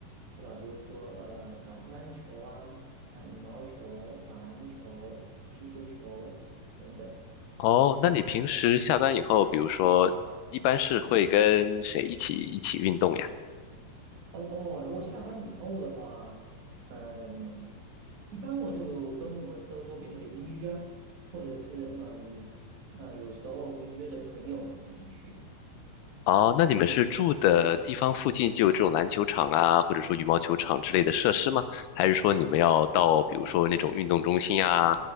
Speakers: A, on the right; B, on the left.
A: 是吧？比如说呃，打乒乓球啊，打羽毛球，打篮球，踢足球等等。
B: 哦，那你平时下班以后，比如说一般是会跟谁一起一起运动呀？
A: 嗯。哦，如果下班以后的话，嗯，一般我就跟我周周边的邻居啊，或者是嗯呃，有时候会约着朋友一起去，
B: 哦，那你们是住的地方附近就有这种篮球场啊，
A: 因为
B: 或者说羽毛球场之类的设施吗？还是说你们要到比如说那种运动中心呀，